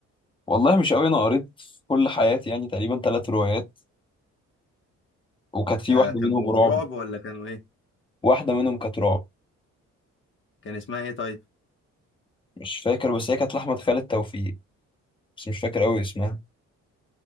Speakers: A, on the left; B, on the left.
A: والله مش قوي انا قريت في كل حياتي يعني تقريبا ثلاث روايات وكانت في
B: آه
A: واحده
B: كانوا
A: منهم رعب
B: رعب ولا كانوا ايه
A: واحده منهم كانت رعب
B: كان اسمها ايه طيب
A: مش فاكر بس هي كانت لاحمد خالد توفيق بس مش فاكر قوي اسمها